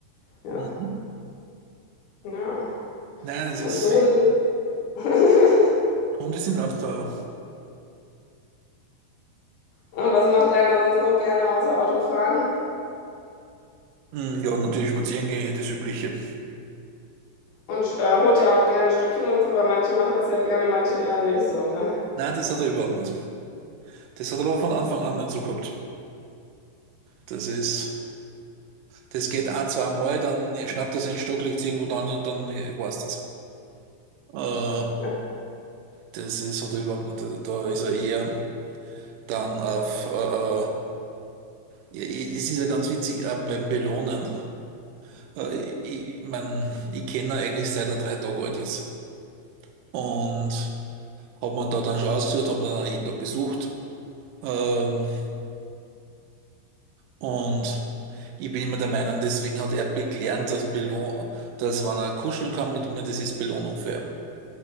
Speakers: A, on the left (about 75°); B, on the right (about 80°).
A: Ja,
B: Mhm.
A: ja.
B: Nein, das
A: Manche
B: ist,
A: Hunde. <laughs>
B: Hunde sind Abenteuer.
A: Und was macht einer sonst noch gerne außer Autofahren?
B: Mhm, ja, natürlich spazieren gehen, ja, das Übliche.
A: Und äh, holt ja auch gerne Stöckchen und so, weil manche machen das ja gerne, manche eher nicht so, ne?
B: Nein, das hat er überhaupt nicht. Das hat er aber von Anfang an nicht so gehabt. Das ist, das geht ein, zwei Mal, dann schnappt er seinen Stock, legt es irgendwo dran und dann äh, war's das. Äh,
A: Ja,
B: das ist, hat er überhaupt nicht. Da da ist er eher dann auf, äh, äh, ja, es ist ja ganz witzig, äh, beim Belohnen. Äh, Ich, ich mein, ich kenne ihn eigentlich seit er drei Tage alt ist. Und hab man da dann schon ausgesucht, haben ihn dann jeden Tag besucht. Ähm, und ich bin immer der Meinung, deswegen hat er gelernt, dass, Belohn dass wenn er kuscheln kann mit mir, das ist Belohnung für ihn.